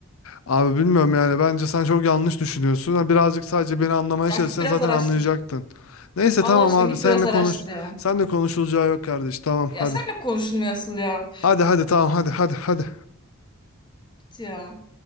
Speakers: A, on the left; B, on the left.
A: Abi bilmiyorum yani bence sen çok yanlış düşünüyorsun. Ha, Birazcık sadece beni anlamaya
B: Ya
A: çalışsan
B: git biraz
A: zaten
B: araştır.
A: anlayacaktın. Neyse
B: Allah
A: tamam
B: aşkına
A: abi
B: git
A: senle
B: biraz araştır
A: konuş.
B: ya.
A: Senle konuşulacağı yok kardeş. Tamam
B: Ya
A: hadi.
B: seninle konuşulmuyor asıl ya.
A: Hadi hadi tamam hadi hadi hadi.
B: Git ya.